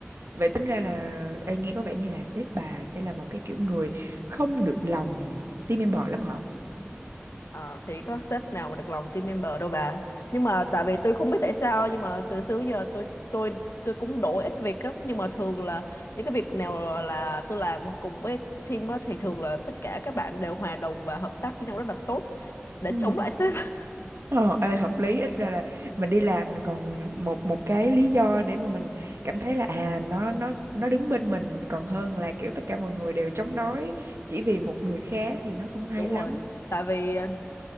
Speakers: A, on the right; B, on the left.
A: vậy tính ra là ê, nghe có vẻ như là sếp bà sẽ là một cái kiểu người không được lòng team member lắm hả
B: Ờ, thì có sếp nào mà được lòng team member đâu bà nhưng mà tại vì tôi không biết tại sao nhưng mà từ xưa đến giờ tôi tôi tôi cũng đổi ít việc lắm nhưng mà thường là những cái việc nào là tôi làm cùng với team á, thì thường là tất cả các bạn đều hòa đồng và hợp tác với nhau rất là tốt để
A: Ừ.
B: chống lại sếp <laughs>
A: ờ ê, hợp lý ít ra là mình đi làm mình còn một một cái lý do để mà mình cảm thấy là à nó nó nó đứng bên mình còn hơn là kiểu tất cả mọi người đều chống đối chỉ vì một người khác thì nó không hay
B: đúng
A: lắm
B: rồi tại vì ờ,